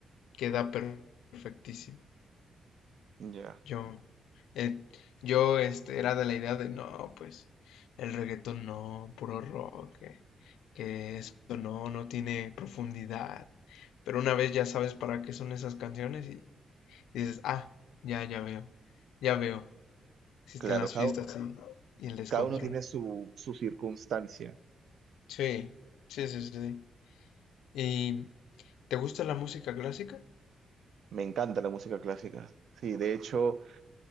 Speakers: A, on the left; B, on the right.
A: queda perfectísimo.
B: Ya.
A: Yo, eh, yo este, era de la idea de, no, pues el reggaetón no, puro rock, que, que esto no, no tiene profundidad. Pero una vez ya sabes para qué son esas canciones y dices, ah, ya, ya veo, ya veo, existen
B: Claro,
A: las
B: cada,
A: fiestas
B: u-
A: y, y el descontrol.
B: cada uno tiene su, su circunstancia.
A: Sí, sí, sí, sí. ¿Y te gusta la música clásica?
B: Me encanta la música clásica. Sí, de hecho,